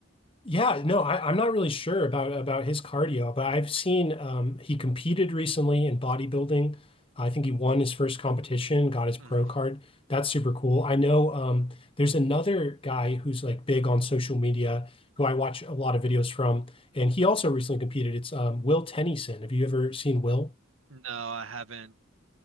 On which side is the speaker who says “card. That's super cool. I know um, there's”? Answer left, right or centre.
Left